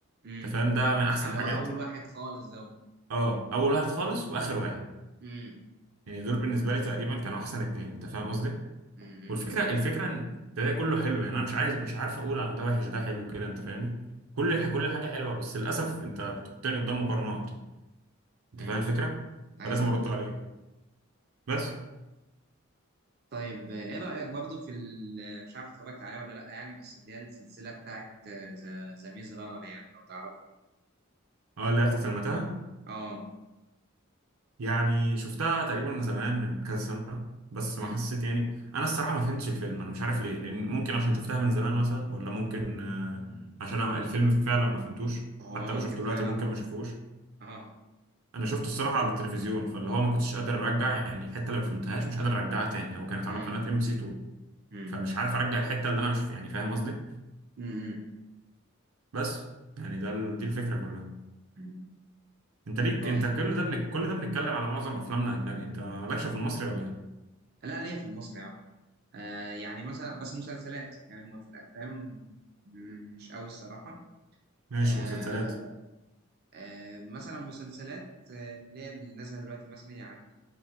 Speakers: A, on the right; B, on the right.
A: امم
B: انت فاهم ده من احسن
A: ده اللي
B: حاجات
A: هو اول واحد خالص ده
B: اه اول واحد خالص واخر واحد
A: امم
B: يعني دول بالنسبه لي تقريبا كانوا احسن اتنين انت فاهم قصدي
A: امم
B: والفكره الفكره ان تلاقي كله حلو يعني انا مش عايز مش عارف اقول عن ده وحش ده حلو كده انت فاهمني كل
A: امم
B: الح... كل الحاجه حلوه بس للاسف انت بتحطني قدام مقارنات انت
A: امم
B: فاهم الفكره
A: ايوه
B: فلازم
A: أيوه.
B: ارد عليك بس
A: طيب آه، ايه رأيك برضو في ال- مش عارف اتفرجت عليها ولا لا يعني بس اللي هي السلسلة بتاعت ذا ذا ميز رانر يعني لو تعرف
B: اه اللي هي بتاعت المتاهه
A: اه
B: يعني شفتها تقريبا من زمان من كذا سنه بس
A: مم.
B: ما حسيت يعني انا الصراحه ما فهمتش الفيلم انا مش عارف ليه لان ممكن عشان شفتها من زمان مثلا ولا ممكن آه، عشان أنا الفيلم فعلا ما فهمتوش
A: هو
B: حتى
A: ممكن
B: لو شفته
A: فعلا
B: دلوقتي ممكن
A: اه
B: ما اشوفهوش
A: اه
B: انا شفته الصراحه على التلفزيون فاللي هو ما كنتش قادر ارجع يعني الحته اللي ما فهمتهاش مش قادر ارجعها تاني هو كانت على
A: مم.
B: قناه ام بي سي 2
A: مم.
B: فمش عارف ارجع الحته اللي انا مش يعني فاهم قصدي
A: مم.
B: بس يعني ده ال- دي الفكره كلها
A: مم.
B: انت ليك
A: طيب
B: انت كل ده بنك... كل ده بنتكلم على معظم افلامنا اجنبي انت مالكش في المصري ولا ايه
A: لا ليا في المصري يا عم آه يعني مثلا بس مسلسلات يعني ما في الافلام مم، مش قوي الصراحة
B: ماشي
A: آه
B: مسلسلات
A: آه مثلا مسلسلات آه، اللي هي اللي نازلة دلوقتي مثلا يعني